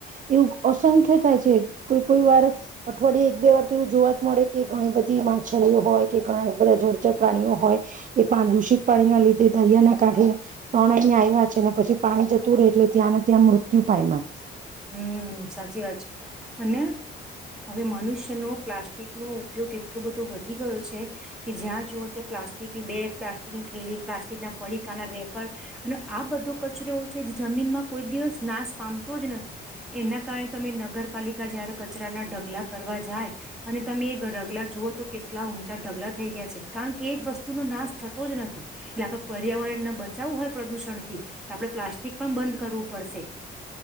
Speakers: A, on the right; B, in the centre.
A: એવું અસંખ્ય થાય છે કોઈ કોઈ વાર અઠવાડિયે એક બે વાર તો એવું જોવા જ મળે કે ઘણી બધી માછલીઓ હોય કે ઘણા બધા જળચર પ્રાણીઓ હોય એ પા દૂષિત પાણીના લીધે દરિયાના કાંઠે તણાઈને આવ્યા છે ને પછી પાણી જતું રહે છે ત્યાં ને ત્યાં મૃત્યુ પાાયમાં
B: હમ સાચી વાત છે અને હવે મનુષ્યનો પ્લાસ્ટિકનોો ઉપયોગ એટલો બધો વધી ગયો છે કે જ્યાં જુઓ ત પ્લાસ્ટિકની બેગ પ્લાસ્ટિકની થેલી પ્લાસ્ટિક ના પડીકાના રેપર અને આ બધો કચરોઓ છે જમીનમાં કોઈ દિવસ નાશ પામતો જ નથી. એના કારણે તમે નગરપાલિકા જયારે કચરાના ઢગલા કરવા જાય અને તમે એ ઢગલા જુઓ તો કેટલા ઊંચા ઢગલા થઈ ગયા છે કારણ કે એ વસ્તુનો નાશ થતો જ નથી એટલે આપણે પર્યાવરણને બચાવવું હોય પ્રદૂષણથી આપણે પ્લાસ્ટિક પણ બંધ કરવું પડશે